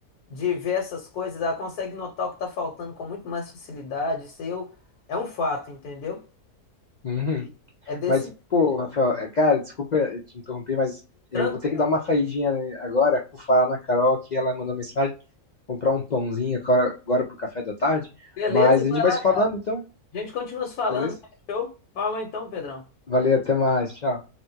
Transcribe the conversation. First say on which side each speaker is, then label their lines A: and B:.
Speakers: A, on the left (about 85°); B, on the left (about 65°).
A: De ver essas coisas, ela consegue notar o que tá faltando com muito mais facilidade. Isso aí eu- é um fato, entendeu?
B: Uhum.
A: E É desse.
B: Mas, pô, Rafael, é, cara, desculpa te interromper, mas
A: Tranquilo?
B: eu vou ter que dar uma saidinha né, agora por falar na Carol que ela mandou mensagem, comprar um pãozinho agora, agora pro café da tarde,
A: Beleza,
B: mas a
A: vai
B: gente vai
A: lá.
B: se falando
A: A
B: então,
A: gente continua se falando.
B: beleza?
A: Fechou? Falou então, Pedrão.
B: Valeu, até mais. Tchau.